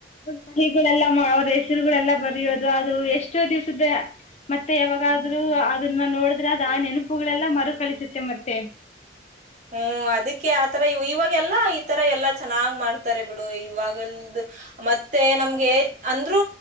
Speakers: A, on the left (about 35°); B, on the right (about 40°).
A: ಮಲಿಿಗಳೆಲ್ಲಾ ಅವ್ರ ಹೆಸರುಗಳೆಲ್ಲ ಬರೆಯೋದು ಅದು ಎಷ್ಟೋ ದಿವ್ಸದ ಮತ್ತೆ ಯಾವಾಗಾದ್ರೂ ಅದನ್ನ ನೋಡಿದ್ರೆ ಅದು ಆ ನೆನಪುಗಳೆಲ್ಲ ಮರುಕಳಿಸುತ್ತೆ ಮತ್ತೆ
B: ಹ್ಮ್ ಅದಕ್ಕೆ ಆತರ ಇವಾಗ ಎಲ್ಲಾ ಈ ತರ ಎಲ್ಲಾ ಚೆನ್ನಾಗ್ ಮಾಡ್ತಾರೆ ಬಿಡು ಇವಾಗ ಮತ್ತೆ ನಮ್ ಅಂದ್ರೂ